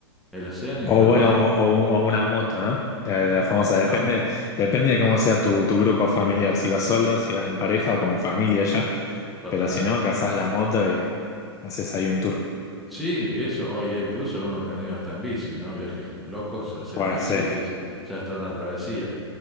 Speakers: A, in the centre; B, on the left.
A: el océano y
B: O
A: bueno,
B: bueno,
A: ah,
B: o, o un- o una
A: mm,
B: moto, ¿no? La, la famosa, depende,
A: tam-
B: depende de cómo sea tu, tu grupo familiar, si vas solo, si vas en pareja o con familia ya,
A: totalmente.
B: pero si no, cazás la moto y haces ahí un tour.
A: Sí, eso, hoy incluso algunos que han ido hasta en bici, ¿no? Viajes locos a hacer
B: Bueno,
A: en bici,
B: sí,
A: que es ya está una travesía.